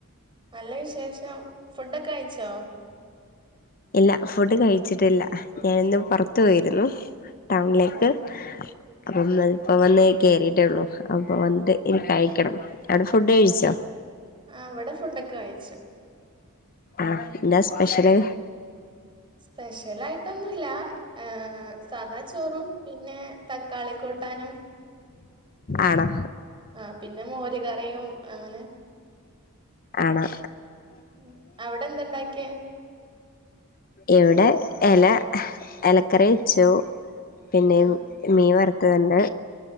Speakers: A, on the right; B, on the left.
A: നല്ല വിശേഷം ഫുഡ്ഡൊക്കഴ്ച്ചൊ
B: ഇല്ല ഫുഡ് കഴിച്ചിട്ടില്ല ഞാനിന്ന് പൊർത്ത് പോയിരുന്നു ടൗൺലേക്ക്
A: ആഹ്
B: അപ്പം ഇന്നപ്പ വന്ന് കേറീട്ടെള്ളു അപ്പ വന്നിട്ട് ഇനി കഴിക്കണം അവിടെ ഫുഡ് കഴ്ച്ചൊ
A: ആഹ് ഇവടെ ഫുഡ്ഡൊക്കയ്ച്ചു
B: ആഹ് ഇന്ത സ്പെഷ്യല്
A: സ്പെഷ്യലായിട്ടൊന്നുല്ല ആഹ് സാദാ ചോറും പിന്നേ തക്കാളി കൂട്ടാനും
B: ആണൊ?
A: ആഹ് പിന്ന മോര് കറിയും അങ്ങനെ
B: ആണൊ
A: ഉം അവടെ എന്തണ്ടാക്ക്യേ
B: എവിടെ എല എലക്കറി വച്ചു പിന്നെ
A: ആഹ്
B: ഉം മീൻ വറുത്തതുണ്ട്